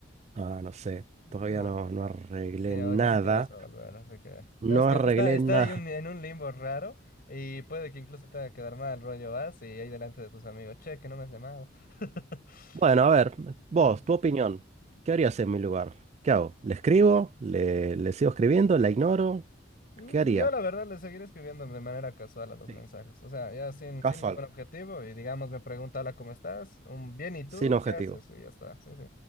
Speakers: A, on the right; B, on the left.
A: Ah, no sé. Todavía
B: Ah,
A: no, no arreglé
B: Y ahora
A: nada.
B: ni siquiera vas a volver, ¿no? así que... No,
A: No
B: es que
A: arreglé
B: está, está
A: nada.
B: ahí un- en un limbo raro y puede que incluso te haga quedar mal, rollo vas y ahí delante de tus amigos, che, que no me has llamado. <laughs>
A: Bueno, a ver, vos,
B: Sí.
A: tu opinión. ¿Qué harías en mi lugar? ¿Qué hago? ¿Le escribo? ¿Le, le sigo escribiendo? ¿La ignoro?
B: Mm,
A: ¿Qué haría?
B: Yo la verdad le seguiré escribiendo de manera casual a los
A: Sí.
B: mensajes, o sea, ya sin, sin
A: Casual.
B: ningún objetivo y digamos me pregunta, hola, ¿cómo estás? Un bien, ¿y tú?
A: Sin objetivo.
B: ¿Qué haces? Y ya está, sí, sí,